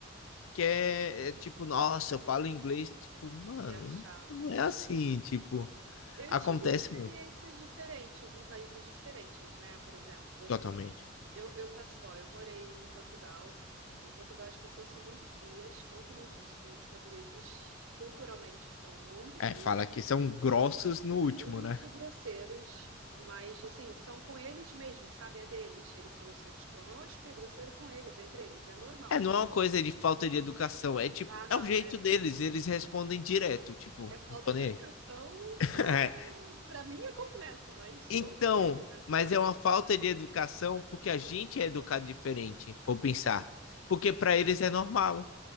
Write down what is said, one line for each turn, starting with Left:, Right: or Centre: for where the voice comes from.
Left: quer, é, tipo, nossa, eu falo inglês, tipo, mano,
Right: Se achar,
Left: não,
Right: se
Left: não é
Right: achar.
Left: assim, tipo,
Right: Eu
Left: acontece
Right: tive experiências
Left: muito,
Right: diferentes em países diferentes, né? Por exemplo, eu
Left: totalmente.
Right: passei, eu, eu passei, ó, eu morei em Portugal. Em Portugal as pessoas são muito frias, muito, muito. Os os portugueses culturalmente são muito
Left: É,
Right: frios.
Left: fala que são grossos no último,
Right: muito
Left: né?
Right: grosseiros, mas assim, são com eles mesmo, sabe? É deles. Eles são grosseiros conosco e grosseiro com eles, entre eles, é normal.
Left: É, não é uma coisa de falta de educação, é tipo,
Right: Ah, não,
Left: é o jeito
Right: é,
Left: deles, eles respondem direto, tipo,
Right: é falta
Left: não tô
Right: de
Left: nem
Right: educação
Left: aí. <laughs>
Right: pra,
Left: É,
Right: pra mim é completo, mas
Left: Então,
Right: ok, fazer
Left: mas
Right: o
Left: é
Right: quê?
Left: uma falta
Right: Mas,
Left: de educação porque a gente é educado diferente, vou pensar.
Right: é,
Left: Porque pra
Right: mas
Left: eles é normal,